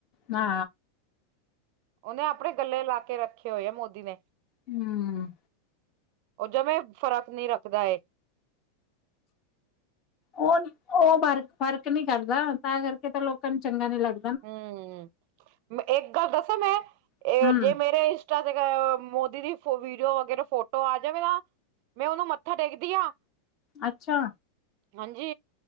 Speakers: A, on the left (about 40°); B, on the right (about 55°).
A: ਨਾ
B: ੳਨੇ ਅਪਣੇ ਗੱਲੇ ਲਾ ਕੇ ਰੱਖੇ ਹੋਏ ਆ ਮੋਦੀ ਨੇ।
A: ਹੂੰ।
B: ੳਹ ਜਂਵੇ ਫ਼ਰਕ ਨੀ ਰੱਖਦਾ ਏ।
A: ੳ, ੳ ਫਰਕ ਫ਼ਰਕ ਨਹੀ ਕਰਦਾ ਤਾਂ ਕਰਕੇ ਤਾਂ ਲੋਕਾਂ ਨੂੰ ਚੰਗਾ ਨੀ ਲੱਗ
B: ਹੂੰ। ਏਕ ਗੱਲ ਦੱਸਾਂ ਮੈਂ,
A: ਹੂੰ
B: ਜੇ ਮੇਰੇ ਇੰਸਟਾ ਤੇ ਜਦੋਂ ਮੋਦੀ ਦੀ ਵੀਡੀਓ ਵਗੇਰਾ ਫੋਟੋ ਆ ਜਾਵੇ ਨਾ ਮੈਂ ੳਨੂੰ ਮੱਥਾ ਟੇਕਦੀ ਆਂ।
A: ਅੱਛਾ।
B: ਹਂਜੀ